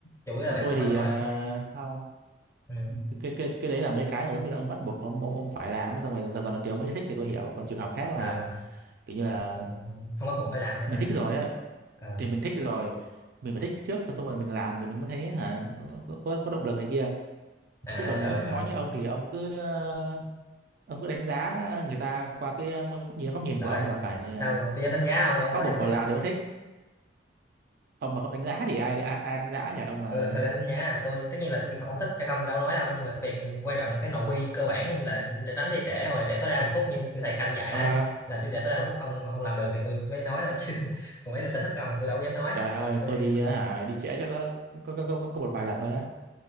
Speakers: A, on the left; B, on the right.
A: chủ yếu
B: còn
A: là bản
B: tôi
A: thân
B: thì
A: mình thôi
B: à, không
A: ừ.
B: Ừ, cái, cái cái cái đấy là mấy cái mà giống như là ông bắt buộc ông ông, ông phải làm á, xong rồi dần dần lần tiếng mới thích thì tôi hiểu còn trường hợp khác là
A: à,
B: kiểu như là
A: còn không bắt buộc phải làm hay
B: mình
A: sao
B: thích rồi á
A: à,
B: thì mình thích rồi mình phải thích trước xong rồi mình làm thì mình mới thấy hả có có, có động lực này kia
A: à
B: chứ còn nếu
A: rồi
B: nói
A: rồi
B: như ông thì ông cứ ờ, ông cứ đánh giá người ta qua cái ờ, góc nhìn góc nhìn
A: trời
B: của ông là phải
A: sao
B: ờ,
A: tôi dám đánh giá ông ông
B: bắt
A: ơi
B: buộc vào Lào thì mới thích ông mà không đánh giá thì ai ai, ai đánh giá trời ông là
A: ừ, làm sao đánh giá tôi tất nhiên là cái việc học ông thích hay không tôi đâu nói đâu nhưng mà cái việc quan trọng là cái nội quy cơ bản là đánh đi trễ hoặc là trễ tối đa một phút như kiểu thầy Khanh dạy
B: à,
A: đấy là đi trễ tối đa một phút ông không làm được thì tôi mới nói thôi chứ <laughs> còn mấy cái sở thích của ông thì tôi đâu dám nói
B: trời ơi
A: tôi,
B: tôi đi
A: cũng-
B: ờ, hả đi trễ chắc có có, có, có, có một vài lần thôi á